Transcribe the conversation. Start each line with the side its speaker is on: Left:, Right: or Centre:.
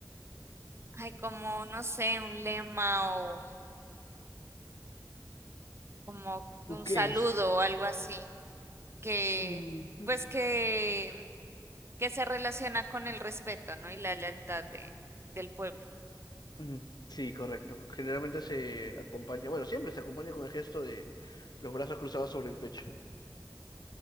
Right: ay, como, no sé, un lema o como
Left: ¿Tú
Right: un
Left: qué
Right: saludo
Left: es?
Right: o algo así, que,
Left: Mm,
Right: pues que, que se relaciona con el respeto, ¿no? Y la lealtad de, del pueblo.
Left: mm, sí, correcto. Generalmente se acompaña, bueno, siempre se acompaña con el gesto de los brazos cruzados sobre el pecho.